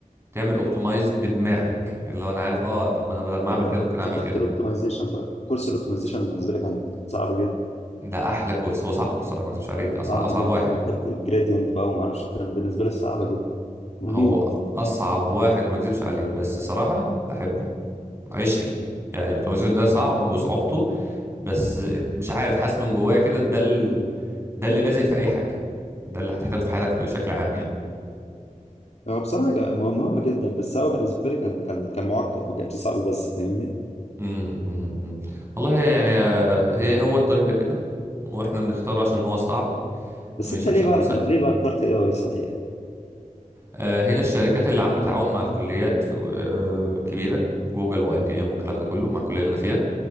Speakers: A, on the right (about 20°); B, on the left (about 50°).
A: تعمل اوبتمايز بدماغك اللي هو انا عارف اه طب ما انا بدل ما اعمل
B: آه،
A: كده ممكن اعمل
B: انا خدت
A: كده
B: الاوبتمايزيشن بقى كورس الاوبتمايزيشن بالنسبه لي كان كانت صعبه جدا
A: ده احلى كورس هو صعب الصراحه ما اكذبش عليك اصعب
B: صعب
A: اصعب
B: جدا
A: واحد
B: وخدت الجريدينت بقى وما اعرفش كان بالنسبه لي صعبه جدا مميت
A: هو اصعب واحد ما اكذبش عليك بس الصراحه بحبه عشقي يعني الاوتوميشن ده صعب وصعوبته بس مش عارف حاسس من جوايا كده ده ال... ده اللي لازق في اي حاجه ده اللي هتحتاجه في حياتك بشكل عام يعني
B: هو بصراحه كان- مه- مهمه جدا بس هو بالنسبه لي كان كان كان معقد ما كانش صعب بس فاهمني
A: امم أمم، أمم. والله يعني آه، هي هو الطريق ده كده واحنا بنختاره عشان هو صعب
B: بس
A: مش
B: انت
A: عشان
B: ليه بقى
A: هو سهل
B: ليه بقى اخترت اي اي صحيح
A: آه، هنا الشركات اللي عامله تعاون مع الكليات في آه، كبيره جوجل واي بي ام والكلام ده كله مع الكليه اللي انا فيها